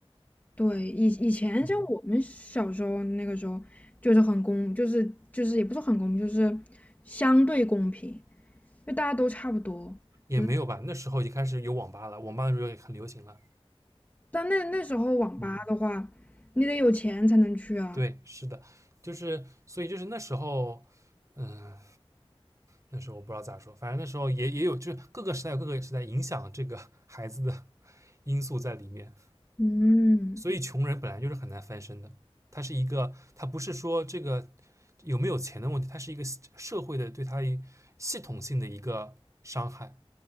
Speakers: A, on the left; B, on the right.
A: 对，以以前像我们小时候那个时候，
B: 嗯，
A: 就是很公，就是就是也不是很公平，就是相对公平，就大家都差不多。
B: 也没有吧？
A: 只
B: 那时候已经开始有网吧了，网吧的时候也很流行了，
A: 但那那时候网吧的话，
B: 嗯，
A: 你得有钱才能去啊。
B: 对，是的，就是所以就是那时候，嗯、那时候我不知道咋说，反正那时候也也有，就是各个时代有各个时代影响这个 <laughs> 孩子的 <laughs> 因素在里面，
A: 嗯
B: 所以穷人本来就是很难翻身的。他是一个，他不是说这个有没有钱的问题，它是一个社会的对他系统性的一个伤害，